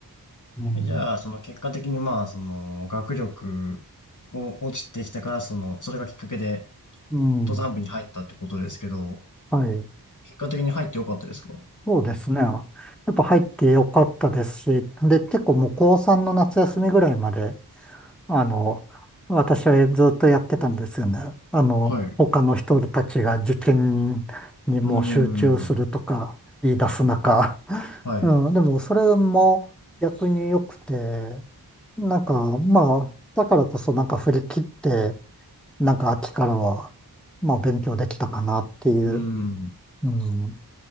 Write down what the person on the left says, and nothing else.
えじゃあ、その結果的にまあ、その学力を落ちてきたから、その、それがきっかけで
登山部に入ったってことですけど、
結果的に入ってよかったですか
はい。
うん、
はい。
うん。